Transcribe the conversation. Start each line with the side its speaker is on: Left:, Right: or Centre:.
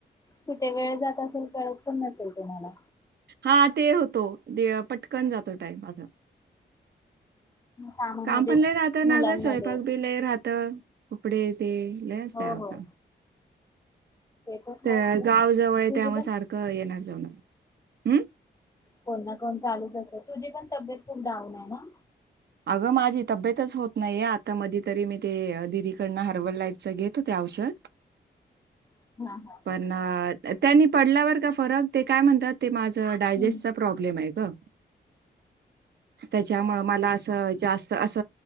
Left: कुठे वेळ जात असेल कळत पण नसेल तुम्हाला.
Right: हा ते होतो पटकन जातो टाईम बघा
Left: कामामध्येच
Right: काम पण लय राहतं
Left: मुलांमध्ये
Right: ना गं, स्वयंपाक बी लय राहतं. कपडे ते लय असतं
Left: हो
Right: अहो
Left: हो
Right: काम.
Left: पण
Right: ते
Left: आहेच ना
Right: गाव जवळ आहे
Left: तुझी
Right: त्यामुळं
Left: पण
Right: सारखं येणार <unintelligible> हम्म?
Left: कोण ना कोण चालूच असते, तुझी पण तब्येत खूप डाऊन आहे ना?
Right: अगं माझी तब्येतच होत नाहीये आता मधी तरी मी ते दिदीकडनं हर्बल लाईफच घेत होते औषध.
Left: हा हा
Right: पण अ त्यांनी पडल्यावर का फरक ते काय म्हणतात? ते मा डायजेस्टचा
Left: हम्म
Right: प्रॉब्लेम आहे का. त्याच्यामुळे मला अस. जास्त अस